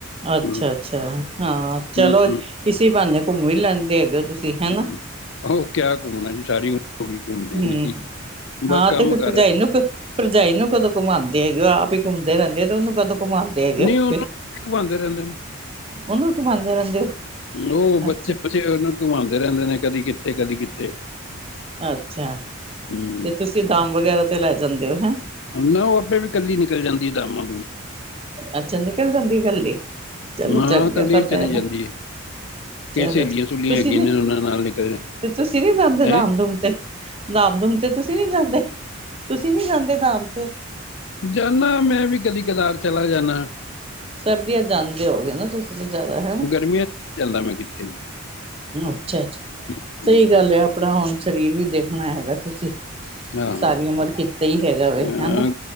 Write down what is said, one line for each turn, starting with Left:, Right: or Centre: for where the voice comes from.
Right: ਅੱਛਾ
Left: ਹੂੰ
Right: ਅੱਛਾ ਹਾਂ ਚਲੋ
Left: ਹੂੰ, ਹੂੰ
Right: ਇਸੀ ਬਹਾਨੇ ਘੁੰਮ ਵੀ ਲੈਂਦੇ। ਦੇਖ ਦਿਓ ਤੁਸੀਂ ਹੈ
Left: ਹੂੰ।
Right: ਨਾ।
Left: ਉਹ ਕਿਆ ਘੁੰਮਣਾ ਜੀ ਸਾਰੀ ਉਮਰ ਹੋ ਗਈ ਘੁੰਮਦੇ
Right: ਹਮ
Left: ਆ ਜੀ
Right: ਹਾਂ
Left: ਬਸ ਕੰਮ
Right: ਤੇ ਫਿਰ
Left: ਕਰ
Right: ਭਰਜਾਈ ਨੂੰ ਭਰਜਾਈ ਨੂੰ ਕਦੋਂ ਘਮਾਉਂਦੇ ਹੈਗੇ। ਆਪ ਹੀ ਘੁੰਮਦੇ ਰਹਿੰਦੇ ਆ ਤੇ ਉਹਨੂੰ ਕਦੋਂ ਘੁਮਾਉਂਦੇ ਹੈਗੇ ਹੋ
Left: ਨਹੀਂ ਉਹਨੂੰ
Right: ਫਿਰ।
Left: ਵੀ ਘੁਮਾਉਂਦੇ ਰਹਿੰਦੇ ਨੇ।
Right: ਉਹਨੂੰ ਘੁਮਾਉਂਦੇ ਰਹਿੰਦੇ ਹੋ
Left: ਉਹ ਬੱਚੇ
Right: ਅੱਛਾ
Left: ਬੱਚੇ ਉਹਨੂੰ ਘੁਮਾਉਂਦੇ ਰਹਿੰਦੇ ਨੇ ਕਦੀ ਕਿੱਥੇ ਕਦੀ ਕਿੱਥੇ।
Right: ਅੱਛਾ
Left: ਹੂੰ
Right: ਤੇ ਤੁਸੀਂ ਦਮ ਵਗੈਰਾ ਤੇ ਲੈ ਜਾਂਦੇ ਹੋ ਹੈਂ
Left: ਨਾ ਉਹ ਆਪੇ ਵੀ ਕੱਲੀ ਨਿਕਲ ਜਾਂਦੀ ਦਮਾਂ
Right: ਅੱਛਾ ਨਿਕਲ ਜਾਂਦੀ ਗੱਲੀ ਚਲੋ
Left: ਨਾ
Right: ਚੰਗਾ
Left: ਇਕੱਲੀ
Right: ਪਤਾ
Left: ਵੀ ਚਲੀ
Right: ਨਾ
Left: ਜਾਂਦੀ ਹੈ।
Right: ਚਲੋ
Left: ਫਿਰ ਸਹੇਲੀਆਂ ਸੂਲੀਆਂ
Right: ਤੁਸੀਂ
Left: ਹੈਗੀਆਂ
Right: ਨੀ
Left: ਨੇ ਉਹਨਾਂ ਨਾਲ ਨਿਕਲ।
Right: ਤੇ ਤੁਸੀਂ ਨੀ ਜਾਂਦੇ
Left: ਹੈ
Right: ਧਾਮ ਧੂਮ ਤੇ ਧਾਮ ਧੂਮ ਤੇ ਤੁਸੀਂ ਨੀ ਜਾਂਦੇ। ਤੁਸੀਂ ਨੀ ਜਾਂਦੇ ਧਾਮ ਤੇ
Left: ਜਾਂਦਾ ਮੈਂ ਵੀ ਕਦੀ ਕਦਾਰ ਚਲਾ ਜਾਂਦਾ।
Right: ਸਰਦੀ ਵਿੱਚ ਜਾਂਦੇ ਹੋਵੋਗੇ ਨਾ ਤੁਸੀਂ ਤਾਂ ਜ਼ਿਆਦਾ ਹੈ।
Left: ਗਰਮੀਆਂ 'ਚ ਨਹੀਂ ਜਾਂਦਾ ਮੈਂ ਕਿੱਥੇ ਵੀ
Right: ਅੱਛਾ-ਅੱਛਾ
Left: ਹੂੰ,
Right: ਸਹੀ ਗੱਲ ਹੈ ਆਪਣਾ ਹੁਣ ਸਰੀਰ ਵੀ ਦੇਖਣਾ ਹੈਗਾ ਤੁਸੀਂ,
Left: ਆਹ
Right: ਸਾਰੀ ਉਮਰ ਕੀਤਾ ਹੀ ਹੈਗਾ ਵ
Left: ਅ
Right: ਹਨਾ